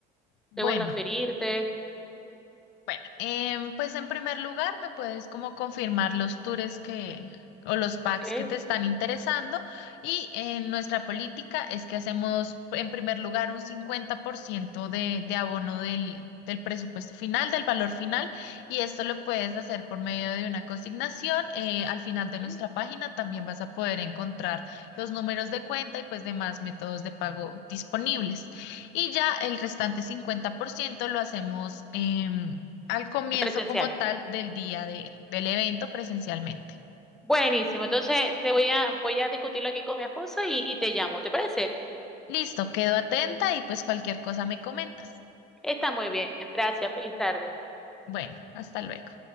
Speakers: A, on the left (about 75°); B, in the centre.
A: Bueno,
B: ¿Debo transferirte?
A: Bueno, em, pues en primer lugar me puedes como confirmar los tours que o los packs
B: ¿Ok?
A: que te están interesando y en nuestra política es que hacemos en primer lugar un 50% de, de abono del, del presupuesto final, del valor final y esto lo puedes hacer por medio de una consignación. eh, al final de
B: Ujú.
A: nuestra página también vas a poder encontrar los números de cuenta y pues demás métodos de pago disponibles. Y ya el restante 50% lo hacemos. Eh, al comienzo
B: En presencial.
A: como tal del día de- del evento presencialmente.
B: Buenísimo. Entonces te voy a, voy a discutirlo aquí con mi esposa y, y te llamo. ¿Te parece?
A: Listo, quedo atenta y pues cualquier cosa me comentas.
B: Está muy bien. Gracias. Feliz tarde.
A: Bueno, hasta luego.